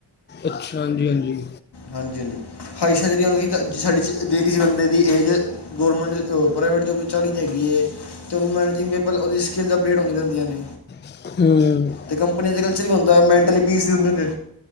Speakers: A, on the left; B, on the left.
A: ਅੱਛਾ, ਹਾਂਜੀ-ਹਾਂਜੀ।
B: ਹਾਂਜੀ- ਹਾਂਜੀ, ਖਵਾਇਸ਼ਾਂ ਜੇੜੀ ਹੁੰਦੀਆਂ ਕਿ ਸਾਡੇ ਚ ਜੇ ਕਿਸੇ ਬੰਦੇ ਦੀ ਏਜ ਗੌਰਮੈਂਟ ੳ ਪ੍ਰਾਈਵੇਟ ਜੋਬ ਵੀ ਚਾਲੀ ਚ ਹੈਗੀ ਏ। ਤੇ ਉਨੂੰ ਮੈਨੇਜਿੰਗ ਪੇਪਰ ਉਦੀ ਸਕਿੱਲਜ਼ ਅਪਡੇਟ ਹੁੰਦੀਆਂ ਰੈੰਦੀਆਂ ਨੇ।
A: ਹੂੰ
B: ਤੇ ਕੰਪਨੀਆਂ ਦਾ ਕਲਚਰ ਵੀ ਹੁੰਦਾ, ਮੈਂਨਟਲੀ ਪੀਸ ਵੀ ਹੂੰਦੇ ਨੇ